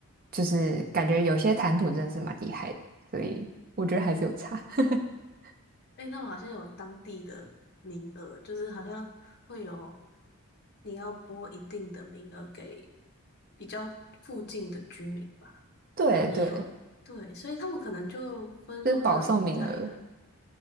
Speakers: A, on the right (about 40°); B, on the left (about 45°).
A: 就是感觉有些谈吐真的是蛮厉害的，所以我觉得还是有差。<laughs>
B: 哎，他们好像有当地的名额，就是好像会有你要拨一定的名额给比较附近的居民吧，
A: 对对，
B: 然后也有，对，所以他们可能就分数上也不太一样。
A: 就是保送名额。